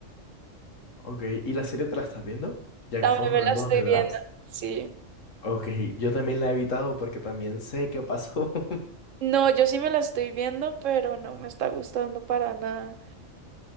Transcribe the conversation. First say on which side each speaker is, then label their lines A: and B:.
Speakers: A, on the left; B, on the right.
A: Ok, ¿y la serie te la estás viendo? Ya
B: También
A: que estamos hablando
B: me la estoy
A: de Drax.
B: viendo. Sí.
A: Ok, yo también la he evitado porque también sé qué pasó. <laughs>
B: No, yo sí me la estoy viendo, pero no me está gustando para nada.